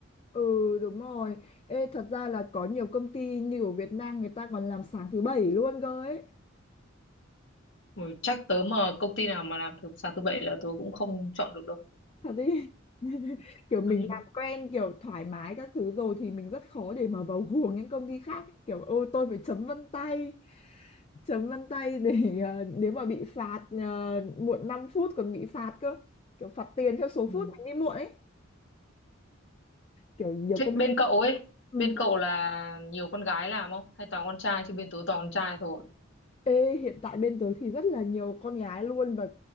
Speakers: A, on the left; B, on the left.
A: ừ đúng rồi Ê, thật ra là có nhiều công ty như ở Việt Nam người ta còn làm sáng thứ bảy luôn cơ ấy
B: Ui, chắc tớ mà công ty nào mà làm thứ sáng thứ bảy là tớ cũng không chọn được đâu
A: thật đi <laughs> kiểu mình
B: <laughs>
A: làm quen kiểu thoải mái các thứ rồi thì mình rất khó để mà vào guồng những công ty khác ấy. kiểu ôi tôi phải chấm vân tay chấm vân tay để ờ, nếu mà bị phạt ờ, muộn 5 phút còn bị phạt cơ kiểu phạt tiền theo số phút
B: Ừ.
A: mình đi muộn ấy kiểu nhiều
B: Thế
A: công
B: bên cậu ấy,
A: Ừ.
B: bên cậu là nhiều con gái làm không? Hay toàn con trai? Chứ bên tớ toàn con trai thôi.
A: Ê, hiện tại bên tớ thì rất là nhiều con gái luôn và